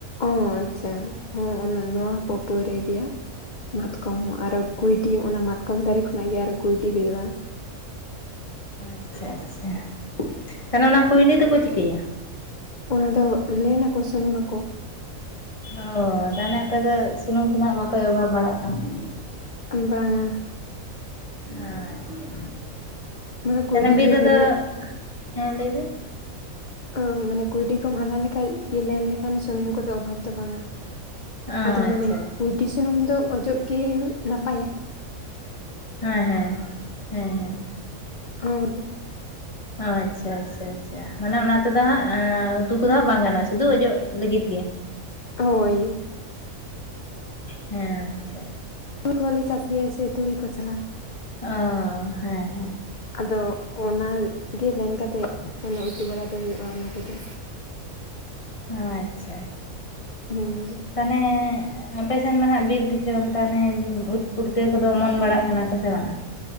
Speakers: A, on the left; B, on the left.
A: ᱚ ᱟᱪᱪᱷᱟ, ᱦᱚᱸ ᱚᱱᱟ ᱱᱚᱣᱟ ᱦᱚᱸᱠᱚ ᱯᱟᱹᱣᱨᱟᱹᱭ ᱜᱮᱭᱟ ᱾ ᱢᱟᱛᱠᱚᱢ ᱦᱚᱸ ᱟᱨᱚ ᱠᱩᱭᱰᱤ ᱚᱱᱟ ᱢᱟᱛᱠᱚᱢ ᱫᱟᱨᱮ ᱠᱷᱚᱱᱟᱜ ᱜᱮ ᱟᱨᱚ ᱠᱩᱭᱰᱤ ᱦᱩᱭᱩᱜᱼᱟ ᱾
B: ᱟᱪᱪᱷᱟ ᱟᱪᱪᱷᱟ, ᱛᱟᱦᱚᱞᱮ ᱚᱱᱟ ᱠᱩᱭᱰᱤ ᱫᱚᱠᱚ ᱪᱤᱠᱟᱹᱭᱟ?
A: ᱚᱱᱟ ᱫᱚ ᱞᱮᱱᱟᱠᱚ ᱥᱩᱱᱩᱢ ᱢᱟᱠᱚ ᱾
B: ᱚ, ᱛᱟᱦᱚᱞᱮ ᱟᱯᱮ ᱫᱚ ᱥᱩᱱᱩᱢ ᱠᱚᱱᱟᱜ ᱵᱟᱯᱮ ᱚᱵᱷᱟᱵᱽ ᱵᱟᱲᱟᱜ ᱠᱟᱱᱟ ᱾
A: ᱵᱟᱝᱼᱟ᱾
B: ᱟᱪᱪᱷᱟ,
A: ᱢᱟᱱᱮ ᱠᱩᱭᱰᱤ
B: ᱛᱮ ᱱᱟ ᱵᱤᱨ
A: ᱜᱮ
B: ᱨᱮᱫᱚ
A: ᱰᱷᱮᱨ ᱧᱚᱜ
B: ᱦᱮᱸ, ᱞᱮᱵᱤᱱ?
A: ᱳ ᱢᱟᱱᱮ ᱠᱩᱭᱰᱤ ᱠᱚ ᱦᱟᱞᱟᱝ ᱞᱮᱠᱷᱟᱡ ᱤᱭᱟᱹ ᱞᱮᱱ ᱞᱮᱠᱷᱟᱱ ᱥᱩᱱᱩᱢ ᱠᱚᱫᱚ ᱚᱵᱷᱟᱵᱽ ᱫᱚ ᱵᱟᱝᱼᱟ ᱾
B: ᱟᱪᱪᱷᱟ
A: ᱟᱫᱚ ᱢᱟᱱᱮ ᱠᱩᱭᱰᱤ
B: ᱟᱪᱪᱷᱟ
A: ᱥᱩᱱᱩᱢ ᱫᱚ ᱚᱡᱚᱜ ᱜᱮ ᱱᱟᱯᱟᱭᱟ ᱾
B: ᱦᱮᱸ ᱦᱮᱸ, ᱦᱮᱸ ᱦᱮᱸ ᱾
A: ᱚᱨ
B: ᱚ ᱟᱪᱪᱷᱟ ᱟᱪᱪᱷᱟ ᱟᱪᱪᱷᱟ ᱾ ᱢᱟᱱᱮ ᱚᱱᱟ ᱛᱮᱫᱚ ᱦᱟᱸᱜ ᱩᱛᱩ ᱠᱚᱫᱚ ᱦᱟᱸᱜ ᱵᱟᱝ ᱜᱟᱱᱚᱜᱼᱟ, ᱥᱩᱫᱷᱩ ᱚᱡᱚᱜ ᱞᱤᱜᱤᱫ ᱜᱮ ᱾
A: ᱦᱳᱭ ᱾
B: ᱦᱮᱸ, ᱟᱪᱪᱷᱟ ᱾
A: ᱦᱩᱣᱟᱹ ᱞᱮ ᱪᱟᱥ ᱜᱮᱭᱟ ᱥᱮ ᱛᱩᱲᱤ ᱠᱚ ᱥᱟᱞᱟᱜ ᱾
B: ᱚ, ᱦᱮᱸ ᱦᱮᱸ᱾
A: ᱟᱫᱚ ᱚᱱᱟ ᱜᱮ ᱞᱮᱱ ᱠᱟᱛᱮᱜ ᱠᱚᱱᱚ ᱩᱛᱩ ᱵᱟᱲᱟ ᱫᱚ ᱦᱳᱭᱳᱜᱼᱟ ᱚᱱᱟ ᱛᱮᱫᱚ᱾
B: ᱟᱪᱪᱷᱟ ᱾
A: <unintelligible>
B: ᱛᱟᱱᱮ ᱟᱯᱮ ᱥᱮᱱ ᱢᱟ ᱱᱟᱦᱟᱜ ᱵᱤᱨ ᱫᱤᱥᱚᱢ ᱛᱟᱞᱦᱮ ᱳᱫ ᱯᱩᱴᱠᱟᱹ ᱠᱚᱫᱚ ᱚᱢᱚᱱ ᱵᱟᱲᱟᱜ ᱠᱟᱱᱟ ᱠᱚ ᱥᱮ ᱵᱟᱝᱟ?